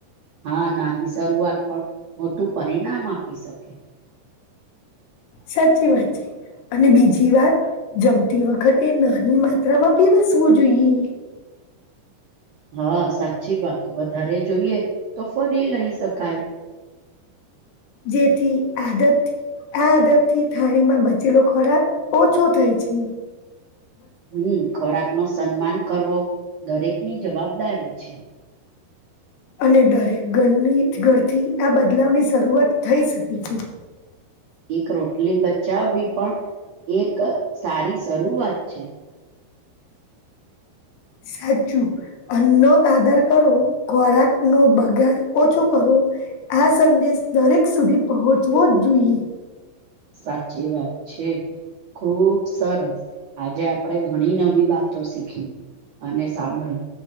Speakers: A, on the right; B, on the left.
A: હા નાની શરૂઆત પણ મોટું પરિણામ આપી શકે.
B: સાચી વાત છે. અને બીજી વાત જમતી વખતે નાની માત્રામાં પીરસવું જોઈએ.
A: હા સાચી વાત વધારે જોઈએ તો ફરી લઈ શકાય.
B: જેથી આદત આ આદત થી થાળીમાં બચેલો ખોરાક ઓછો થાય છે.
A: હમ ખોરાક નો સન્માન કરવો દરેકની જવાબદારી છે.
B: અને દરેક ઘરની ઘરથી આ બદલાવની શરૂઆત થઈ શકે છે.
A: એક રોટલી બચાવવી પણ એક સારી શરૂઆત છે.
B: સાચું અન્નો આદર કરો ખોરાક નો બગાડ ઓછો કરો. આ સંદેશ દરેક સુધી પહોચવો જ જોઈએ.
A: સાચી વાત છે. ખુબ સરસ આજે આપણેે ઘણી નવી વાતો શીખી અને સાંભળી